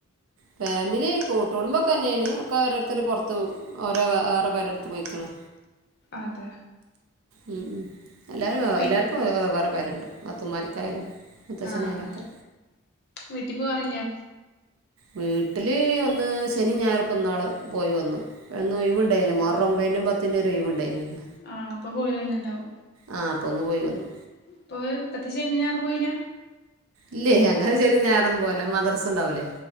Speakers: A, on the right; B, on the left.
A: ഫാമിലി കൂട്ടൂടുമ്പോക്കെന്നെണ് ഒക്കെ ഓരോര്ത്തര് പൊറത്ത് പോവും ഓരോ വേറെ പെരെട്ത്ത് പോയ്ക്ക്‌ണൊ
B: അതെ.
A: ഉം ഉം എല്ലാരും
B: വീ
A: എല്ലാർക്കും വേ വേറെ പേരണ്ട് നാത്തൂന്മാർക്കായാലും മുത്തച്ഛനായാലൊക്കെ
B: ആ ആ വീട്ട് പോവാറില്ലേ
A: വീട്ടില് ഒന്ന് ശനി ഞായറുപ്പം ഇന്നാള് പോയി വന്ന് അന്ന് ഒഴിവുണ്ടാരുന്നല്ലേ മുഹ ഒമ്പതിൻ്റെയും പത്തിൻ്റെയും ഒര് ഒഴിവ് ഇണ്ടായിരുന്നല്ലോ
B: ആഹ് അപ്പൊ പോയി വന്നുണ്ടാവും
A: ആ അപ്പൊന്നു പോയി വന്നു
B: ഇപ്പൊ ഇപ്പത്തെ ശനിയും ഞായറും പോയില്ല
A: ഇല്ലേ അങ്ങനെ ഒര് ശനിയും ഞായറും ഒന്നും പോവില്ല മദ്രസ് ഇണ്ടാവൂലേ